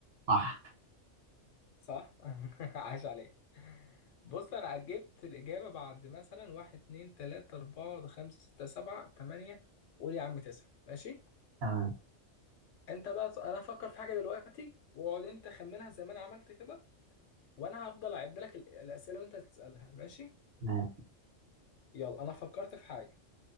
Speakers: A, on the right; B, on the left.
A: صح
B: صح <laughs> عاش عليك. بص انا عجبت الاجابه بعد مثلا واحد اتنين تلاته اربعه خمسه سته سبعه تمانيه قول يا عم تسعه ماشي
A: تمام
B: انت بقى انا هفكر في حاجه دلوقتي واقعد انت خمنها زي ما انا عملت كده وانا هفضل اعد لك ال- الاسئله اللي انت هتسالها ماشي
A: تمام.
B: يلا انا فكرت في حاجه